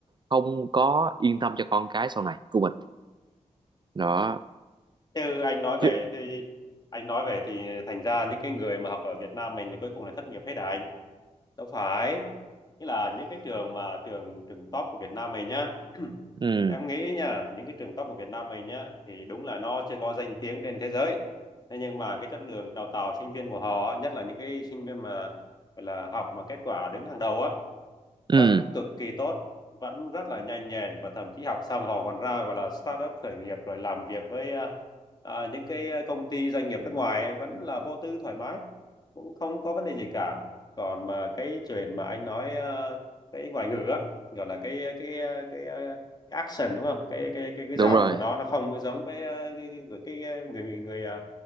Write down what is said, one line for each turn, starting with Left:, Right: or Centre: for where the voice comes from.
Right: không có yên tâm cho con cái sau này của mình đó
Left: Thế anh nói
Right: chứ
Left: về thì anh nói về thì thành ra những cái người mà học ở Việt Nam mình thì cuối cùng là thất nghiệp hết à anh? Đâu phải. Nghĩa là những cái trường mà trường trường top của Việt Nam mình nhá. <clears throat>
Right: ừ
Left: Em nghĩ nha, những cái trường top của Việt Nam mình nhá thì đúng là nó chưa có danh tiếng trên thế giới. Thế nhưng mà cái chất lượng đào tạo sinh viên của họ, á, nhất là những cái sinh viên mà gọi là học mà kết quả đứng hàng đầu á
Right: ừ
Left: vẫn cực kỳ tốt vẫn rất là nhanh nhẹn và thậm chí học xong họ còn ra gọi là startup khởi nghiệp rồi làm việc với à, à, những cái ờ, công ty doanh nghiệp nước ngoài ấy, vẫn là vô tư thoải mái cũng không có vấn đề gì cả còn mà cái chuyện mà anh nói à, cái ngoại ngữ á gọi là cái cái cái, cái, à, cái action đúng không cái cái cái cái
Right: đúng
Left: dòng
Right: rồi
Left: của nó nó không có giống với à, cái, cái, cái người người à,